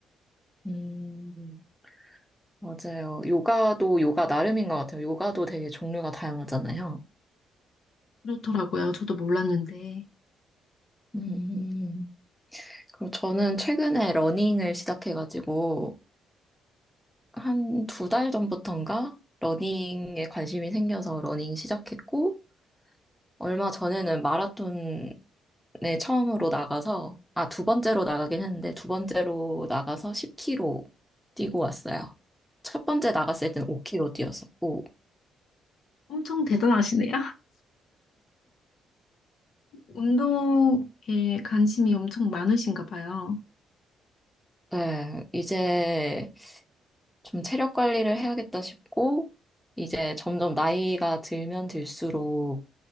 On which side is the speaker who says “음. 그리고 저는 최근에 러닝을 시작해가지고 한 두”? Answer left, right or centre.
Centre